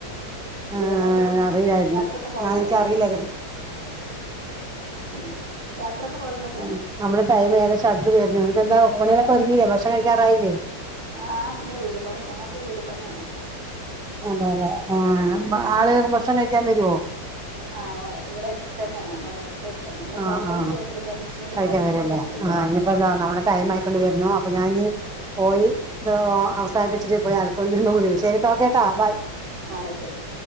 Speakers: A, in the centre; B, on the right (about 75°).
A: ആഹ്
B: വേറെന്താ പിന്നെ
A: അറില്ലായിരുന്നു
B: യാത്രൊക്കെ പോകലുണ്ടല്ലോ
A: എനിക്ക് അറിയില്ല
B: ഉം യാത്രൊക്കെ പോകലുണ്ടോ ഇങ്ങള്
A: <unintelligible> <unintelligible> നമ്മുടെ ടൈം ഏകദേശം അടുത്ത് വരുന്നു, എന്നിട്ടെന്താ ഊണുകളൊക്കെ ഒരുങ്ങില്ലേ ഭക്ഷണം കഴിക്കാറായില്ലേ
B: ആഹ് ഇന്ന് വീട് പണി ഞങ്ങക്ക് വീട് പണിയാണ്.
A: അതെ അല്ലേ ആഹ്
B: ആ
A: ആള് ഭക്ഷണം കഴിക്കാൻ വരുവോ?
B: ആഹ് ഇവിടെ എടുത്ത് തന്നെയാണ്‌ നമ്മളെ തൊട് ടടുത്ത് തന്നെ, നിങ്ങള്
A: ആ
B: സൗണ്ട്
A: ആ
B: ഒന്നും
A: ആ
B: കേൾക്കണില്ലോ മിക്സീന്റെ
A: കഴിക്കാൻ
B: സൗണ്ട്
A: വരുംല്ലേ
B: ഒന്നും കേൾക്കണില്ല
A: ആഹ് ഇനിയിപ്പോ ദാ നമ്മുടെ ടൈം ആയിക്കൊണ്ട് വരുന്നു അപ്പൊ ഞാൻ ഇനി പോയി ഇത് അവസാനിപ്പിച്ചിട്ട് പോയി <unintelligible> ശരിട്ടോ ഓക്കെട്ടോ ബൈ.
B: ആയിക്കോട്ടേ.